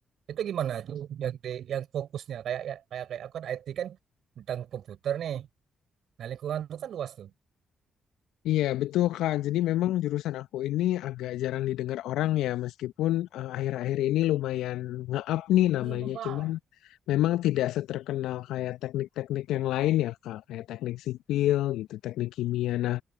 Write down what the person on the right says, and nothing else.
itu gimana tuh yang di yang fokusnya kayak ya- kayak kayak aku kan IT kan tentang komputer nih nah lingkungan itu kan luas tuh
Masih
bebal.